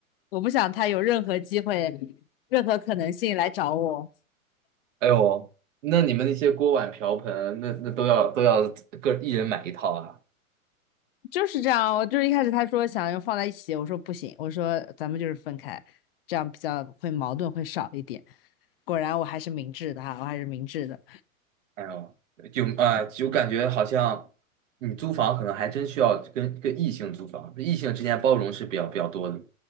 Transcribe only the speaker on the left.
我不想他有任何机会、任何可能性来找我。
就是这样，我就是一开始他说想要放在一起，我说不行，我说咱们就是分开，这样比较会矛盾会少一点。果然我还是明智的哈，我还是明智的。